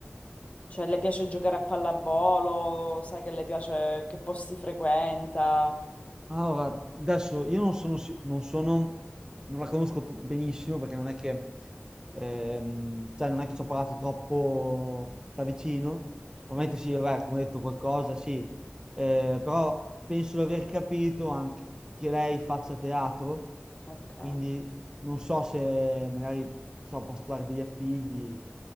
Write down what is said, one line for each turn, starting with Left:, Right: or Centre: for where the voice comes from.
Left: Cioè, le piace giocare a pallavolo, sai che le piace che posti frequenta.
Right: Allora, adesso io non sono, si- non sono, non la conosco t- benissimo perché non è che, ehm, cioè non è che ci ho parlato troppo da vicino. Ovviamente
Left: Mm,
Right: sì, vabbè, come ho detto qualcosa, sì, Eh, però penso di aver capito anche che lei faccia teatro,
Left: Ok.
Right: quindi non so se magari, non so, posso trovare degli appigli.